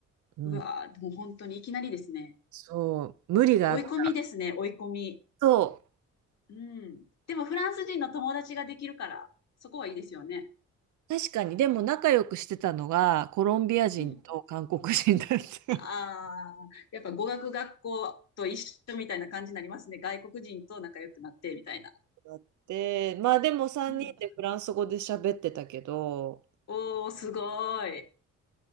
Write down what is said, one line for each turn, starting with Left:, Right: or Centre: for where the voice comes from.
Right: うん。
Left: うわー、でも本当にいきなりですね。
Right: そう。無理があった。
Left: 追い込みですね、追い込み。
Right: そう。
Left: うん。でもフランス人の友達ができるから、そこはいいですよね。
Right: 確かに、でも仲良くしてたのが、コロンビア人と韓国人だっ
Left: うん。ああ、
Right: た。
Left: やっぱ語学学校と一緒みたいな感じになりますね。外国人と仲良くなってみたいな。
Right: <laughs> で、まあでも3人でフランス語で喋ってたけど、
Left: うん。おー、すごい。